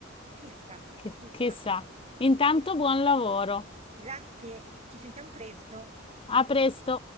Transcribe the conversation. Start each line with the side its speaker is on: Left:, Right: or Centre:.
Right: Chissà,
Left: Chi-
Right: chissà,
Left: chissà. Intanto
Right: chissà.
Left: buon lavoro.
Right: Grazie, ci sentiamo presto.
Left: A presto.